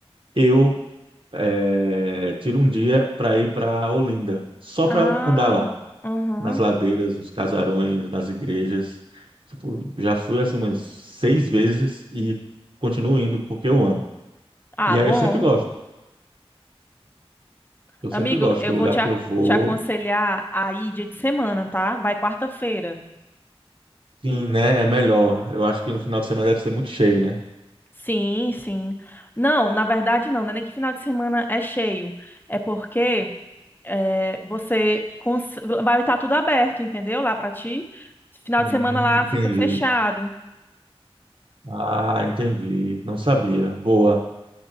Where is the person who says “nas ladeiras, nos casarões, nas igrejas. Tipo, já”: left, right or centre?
Right